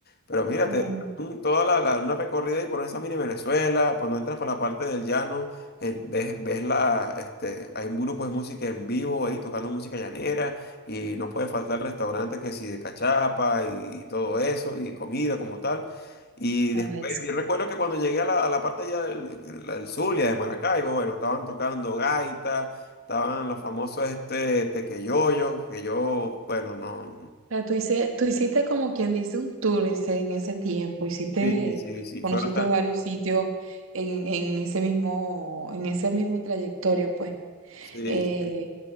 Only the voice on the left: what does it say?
pero mira,
te
dan toda la, la- una recorrida y por esa mini Venezuela, cuando entras para la parte del llano, eh, ves, ves la, este, hay un grupo de música en vivo ahí tocando música llanera. Y no puede faltar el restaurante que si de cachapa y, todo eso, y comida como tal. Y después,
yo recuerdo que cuando llegué a la, a la parte ya del, del- del Zulia, de Maracaibo, bueno, estaban tocando gaita, estaban los famosos este tequeyoyos, que yo, bueno, no.
Sí, sí, sí,
fue bastante.
Sí,
sí.